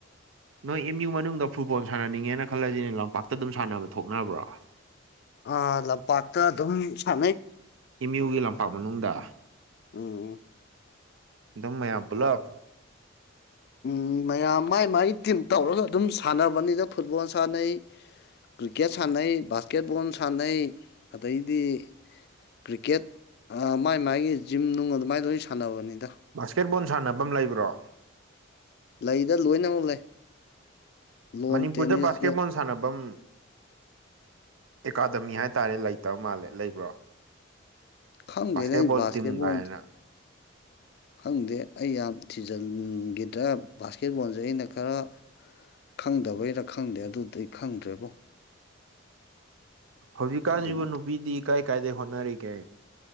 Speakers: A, on the right; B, on the left.
A: ꯅꯣꯏ ꯑꯦꯝ ꯌꯨ ꯃꯅꯨꯡꯗ ꯐꯨꯠꯕꯣꯜ ꯁꯥꯟꯅꯅꯤꯡꯉꯦꯅ ꯈꯜꯂꯖꯤꯅꯦ ꯂꯝꯄꯥꯛꯇ ꯑꯗꯨꯝ ꯁꯥꯟꯅꯕ ꯊꯣꯛꯅꯕ꯭ꯔꯣ?
B: ꯑꯥ ꯂꯝꯄꯥꯛꯇ ꯑꯗꯨꯝ ꯁꯥꯟꯅꯩ꯫
A: ꯑꯦꯝ ꯌꯨꯒꯤ ꯂꯝꯄꯥꯛ ꯃꯅꯨꯡꯗ꯫
B: ꯎꯝ
A: ꯑꯗꯨꯝ ꯃꯌꯥꯝ ꯄꯨꯜꯂꯞ꯫
B: ꯎꯝ ꯃꯌꯥꯝ ꯃꯥꯏ ꯃꯥꯏ ꯇꯤꯝ ꯇꯧꯔꯒ ꯑꯗꯨꯝ ꯁꯥꯟꯅꯕꯅꯤꯗ ꯐꯨꯠꯕꯣꯜ ꯁꯥꯟꯅꯩ꯫ ꯀ꯭ꯔꯤꯛꯀꯦꯠ ꯁꯥꯟꯅꯩ ꯕꯥꯁꯀꯦꯠ ꯕꯣꯜ ꯁꯥꯟꯅꯩ ꯑꯗꯩꯗꯤ ꯀ꯭ꯔꯤꯛꯀꯦꯠ ꯑꯥ ꯃꯥꯏ ꯃꯥꯥꯏꯒꯤ ꯖꯤꯝ ꯅꯨꯡ ꯑꯗꯨꯃꯥꯏ ꯂꯣꯏ ꯁꯥꯟꯅꯕꯅꯤꯗ꯫
A: ꯕꯥꯁꯀꯦꯠ ꯕꯣꯜ ꯁꯥꯟꯅꯕꯝ ꯂꯩꯕ꯭ꯔꯣ?
B: ꯂꯩꯗ ꯂꯣꯏꯅꯃꯛ ꯂꯩ꯫ ꯂꯣꯟ
A: ꯃꯅꯤꯄꯨꯔꯗ
B: ꯇꯦꯅꯤꯁ
A: ꯕꯥꯁꯀꯦꯠ
B: ꯕꯦꯠ
A: ꯕꯣꯜ ꯁꯥꯟꯅꯕꯝ ꯑꯦꯀꯥꯗꯃꯤ ꯍꯥꯏꯇꯥꯔꯦ ꯂꯩꯇꯕ ꯃꯥꯜꯂꯦ ꯂꯩꯕ꯭ꯔꯣ꯫
B: ꯈꯪꯗꯦꯅꯦ
A: ꯕꯥꯁꯀꯦꯠ
B: ꯑꯩ
A: ꯕꯣꯜ
B: ꯕꯥꯁꯀꯦꯠꯕꯣꯜ
A: ꯇꯤꯝ ꯒꯥꯏꯅ꯫
B: ꯈꯪꯗꯦ ꯑꯩ ꯌꯥꯝ ꯊꯤꯖꯟꯒꯤꯗ꯭ꯔꯥ ꯕꯥꯁꯀꯦꯠ ꯕꯣꯟꯖꯦ ꯑꯩꯅ ꯈꯔ ꯈꯪꯗꯕꯩꯔ ꯈꯪꯗꯦ ꯑꯗꯨꯗꯤ ꯈꯪꯗ꯭ꯔꯦꯕꯣ꯫
A: ꯍꯧꯖꯤꯛꯀꯥꯟꯖꯤꯕꯨ
B: ꯑꯗꯨꯕꯨꯗꯤ
A: ꯅꯨꯄꯤꯗꯤ ꯀꯥꯏ ꯀꯥꯏꯗꯩ ꯍꯣꯠꯅꯔꯤꯒꯦ꯫